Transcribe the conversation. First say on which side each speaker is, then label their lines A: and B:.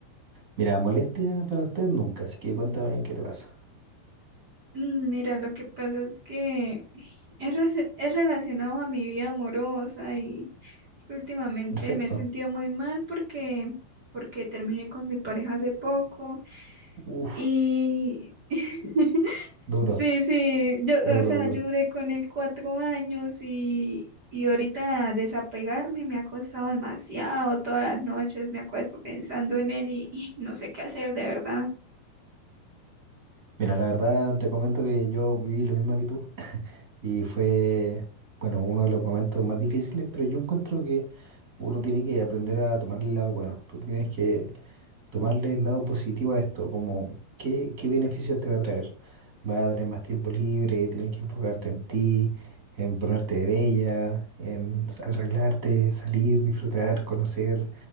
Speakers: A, on the right; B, on the right.
A: Mira, molestia para usted nunca, así que cuéntame qué te pasa.
B: Mm, Mira, lo que pasa es que es, rela- es relacionado a mi vida amorosa y es que últimamente
A: Perfecto.
B: me he sentido muy mal porque, porque terminé con mi pareja hace poco.
A: Uf,
B: Y <laughs>
A: duro,
B: sí, sí, yo,
A: duro,
B: o sea,
A: duro.
B: yo duré con él cuatro años y, y ahorita desapegarme me ha costado demasiado. Todas las noches me acuesto pensando en él y, y no sé qué hacer, de verdad.
A: Mira, la verdad te comento que yo viví lo mismo que tú <laughs> y fue, bueno, uno de los momentos más difíciles, pero yo encuentro que uno tiene que aprender a tomar el lado bueno. Tú tienes que tomarle el lado positivo a esto, como qué, qué beneficios te va a traer. Va a tener más tiempo libre, tienes que enfocarte en ti, en ponerte de bella, en arreglarte, salir, disfrutar, conocer,